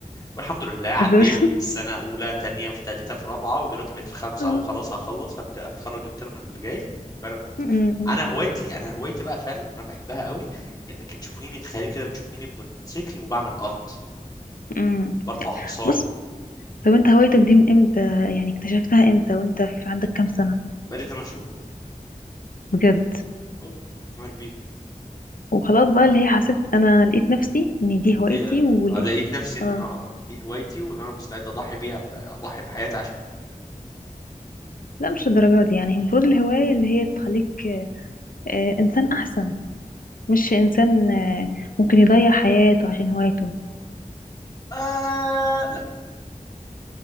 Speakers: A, on the left; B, on the left.
A: والحمد لله عديت
B: <laughs> بس-
A: سنة أولى تانية وفي تالتة في رابعة ودلوقتي بقيت في خمسة
B: آه.
A: أهو خلاص هخلص هت- هتخرج الترم اللي جاي فأنا كنت
B: م- م-
A: أنا هوايتي أنا هوايتي بقى فعلا أنا بحبها قوي إنك تشوفيني تخيلي كده بتشوفيني بالموتوسيكل وبعمل أرض
B: م.
A: برفع حصان
B: بص طب انت هوايتك دي من امتى يعني اكتشفتها امتى وانت في عندك كام سنة
A: بقالي 8 شهور
B: بجد
A: والله أنا كبير
B: وخلاص بقى اللي هي حسيت انا لقيت نفسي ان دي هوايتي
A: ليه
B: وليه
A: آه، لقيت نفسي إن
B: اه
A: أنا آه، دي هوايتي وإن أنا مستعد أضحي بيها ب- أضحي بحياتي عشان
B: لا مش الدرجات دي يعني المفروض الهواية اللي هي تخليك آه، انسان احسن مش انسان آه، ممكن يضيع حياته عشان هوايته
A: آه لا